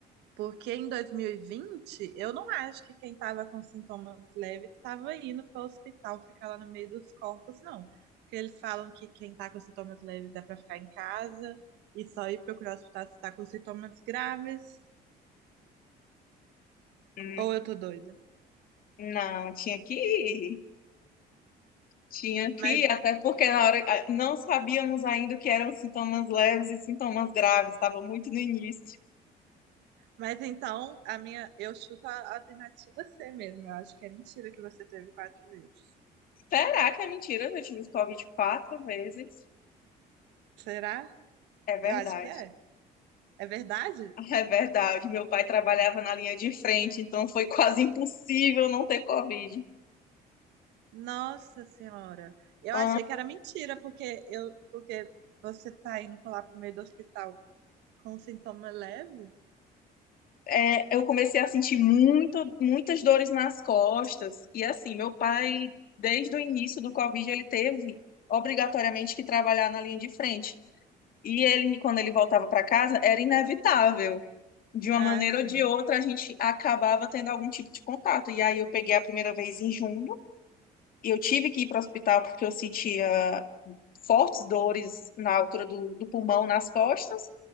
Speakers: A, on the right; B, on the left.
A: Porque em 2020, eu não acho que quem estava com sintomas leves estava indo para o hospital ficar lá no meio dos corpos, não. Porque eles falam que quem está com sintomas leves é para ficar em casa e só ir procurar o hospital se está com sintomas graves.
B: Hum,
A: Ou eu tô doida.
B: Não, tinha que ir. Tinha que,
A: Mas,
B: ir, até porque na hora ah, não sabíamos ainda o que eram sintomas leves e sintomas graves, estava muito no início.
A: mas então, a minha, eu chuto a alternativa C mesmo. Eu acho que é mentira que você teve quatro vezes.
B: Será que é mentira? Eu tive Covid quatro vezes.
A: Será?
B: É verdade,
A: Eu acho que é. É verdade?
B: <laughs> é verdade. Meu pai trabalhava na linha de frente, então foi <laughs> quase impossível não ter Covid.
A: Nossa Senhora, eu
B: Ah,
A: achei que era mentira, porque eu, porque você tá indo pra lá pro meio do hospital com sintoma leve?
B: é, eu comecei a sentir muito, muitas dores nas costas. E assim, meu pai, desde o início do Covid, ele teve obrigatoriamente que trabalhar na linha de frente. E ele, quando ele voltava para casa, era inevitável. De uma
A: Ah,
B: maneira
A: sim.
B: ou de outra, a gente acabava tendo algum tipo de contato. E aí eu peguei a primeira vez em junho e eu tive que ir para o hospital porque eu sentia fortes dores na altura do, do pulmão, nas costas.